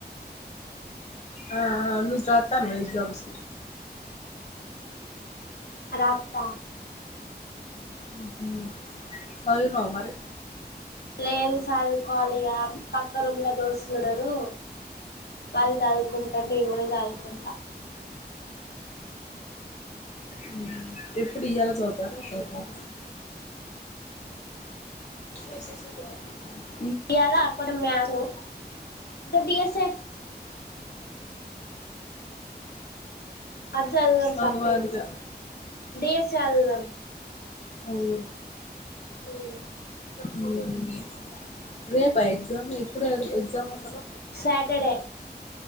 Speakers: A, on the left (about 40°); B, on the left (about 70°).
A: ఆ అ నువ్వు రాత్తన్నవ ఎగ్జామ్స్
B: ఆ రాత్త
A: ఉహూ చదివినావ మరి
B: లేదు సదుకోవాలి పక్క రూమ్లా దోస్తులు ఉన్నారు వాళ్ళు చదువుకుంటారు నేను కూడా చదువుకుంటా
A: ఉమ్ ఎప్పుడు ఇయ్యాల చదుతారా రేపు చదువుతారా వసి చ
B: ఇయ్యాల <unintelligible> <unintelligible> డిఎస్. అది చదువుదాం
A: చదవాలిగా
B: సపరేట్ డిఎస్ చదువుదాం
A: అవును. వు.
B: ఉమ్
A: మ్మ్ ఉమ్ రేపా ఎగ్జామ్ ఎప్పుడు అడు ఎగ్జామ్ అసలు
B: సాటర్డే